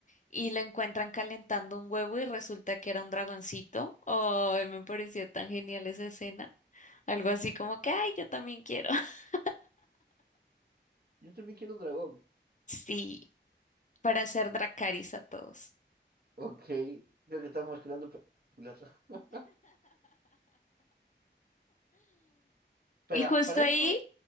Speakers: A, on the left (about 45°); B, on the right (about 55°).
A: y lo encuentran calentando un huevo y resulta que era un dragoncito. Ay, me pareció tan genial esa escena. Algo así como que, ay, yo también quiero. <laughs>
B: Yo también quiero un dragón. <laughs>
A: Sí, para hacer Dracaris a todos.
B: Ok, creo que estamos mezclando películas. <laughs> Para,
A: Y justo
B: para
A: ahí,
B: esto,